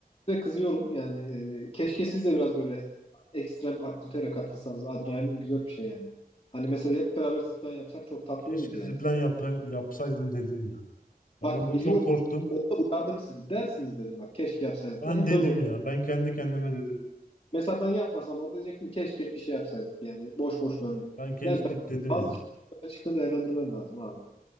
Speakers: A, on the left; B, on the left.
A: size kızıyorum yani e, keşke siz de biraz böyle ekstrem aktivitelere katılsanız. Adrenalin güzel bir şey yani. Hani mesela hep beraber zipline yapsak çok tatlı
B: Keşke
A: olurdu yani.
B: zipline yap yapsaydım dedim ya. Ben
A: Bak
B: orada
A: biliyorum
B: çok korktum.
A: orada uyardım sizi dersiniz dedim bak keşke yapsaydık
B: Ben
A: diye hep
B: dedim
A: öyle oldu.
B: ya. Ben kendi kendime dedim.
A: Mesela ben yapmasam orada diyecektim keşke bir şey yapsaydık yani boş boş döndük.
B: Ben keşke
A: Yani ben
B: dedim
A: bazı
B: ya.
A: açıktan değerlendirmen lazım abi.